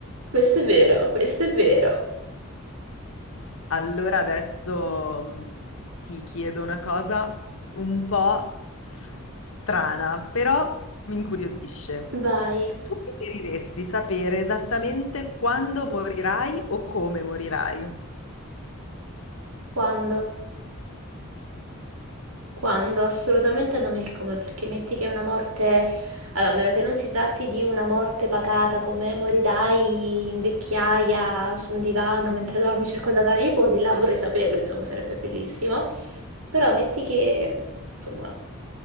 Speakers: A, on the right; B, on the left.
A: questo è vero,
B: eh,
A: questo è vero.
B: Allora adesso mh, ti chiedo una cosa un po' strana, però mi incuriosisce.
A: Vai,
B: Tu preferiresti sapere esattamente quando morirai o come morirai?
A: quando? Quando? Assolutamente non il come, perché metti che è una morte, allora, a meno che non si tratti di una morte pacata come morirai in vecchiaia su un divano mentre
B: <laughs>
A: dormi circondata dai nipoti, là vorrei saperlo, insomma, sarebbe bellissimo. Però metti che, insomma,